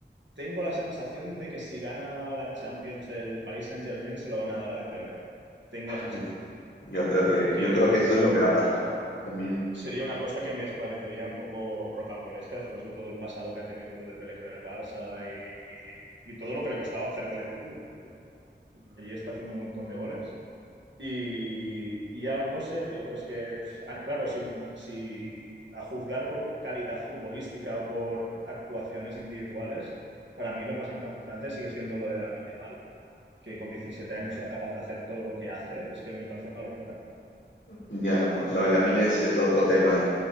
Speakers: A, on the right (about 75°); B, on the left (about 75°).
A: tengo la sensación de que si gana la Champions el Paris Saint-Germain se lo van a dar a Dembélé. Tengo la sensación
B: Yeah. Yo creo que,
A: que
B: yo creo que eso es lo que va a pasar. También,
A: sería una cosa que me parecería un poco rocambolesca después de todo el pasado que ha tenido Dembélé con el Barça y, y- y todo lo que le costaba hacer goles aquí, me acuerdo. Ya ves. Allí está haciendo un montón de goles. Y, y ya no sé, tío, pero es que, pf, ah, claro, si, si a juzgar por calidad futbolística o por actuaciones individuales, para mí lo más impactante sigue siendo lo de Lamine Yamal, que con 17 años sea capaz de hacer todo lo que hace, es que me parece una locura.
B: ya, ¿no? Lo de Lamine es, es otro tema.